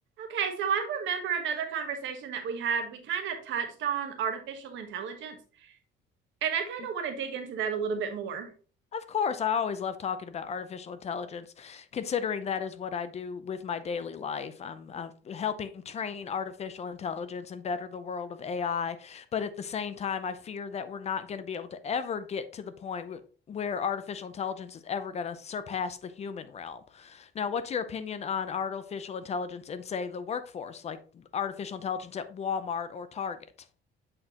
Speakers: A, on the right; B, on the left.
A: Okay, so I remember another conversation that we had. We kind of touched on artificial intelligence, and I kind
B: Y-
A: of want to dig into that a little bit more.
B: Of course, I always love talking about artificial intelligence, considering that is what I do with my daily life. I'm uh, helping train artificial intelligence and better the world of AI. But at the same time, I fear that we're not going to be able to ever get to the point w where artificial intelligence is ever going to surpass the human realm. Now, what's your opinion on artificial intelligence in, say, the workforce, like artificial intelligence at Walmart or Target?